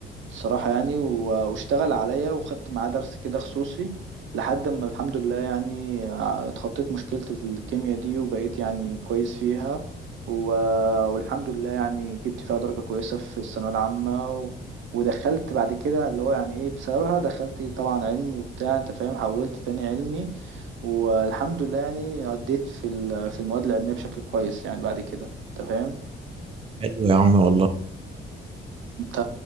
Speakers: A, on the right; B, on the right.
A: الصراحة يعني و- واشتغل عليا وخدت معاه درس كده خصوصي لحد ما الحمد لله يعني آه، اتخطيت مشكلة الكيمياء دي وبقيت يعني كويس فيها و... والحمد لله يعني جبت فيها درجة كويسة في الثانوية العامة و... ودخلت بعد كده اللي هو يعني ايه بسببها دخلت طبعا علمي وبتاع انت فاهم حولت تاني علمي والحمد لله يعني عديت في ال... في المواد العلمية بشكل كويس يعني بعد كده انت فاهم
B: يا عم والله
A: انت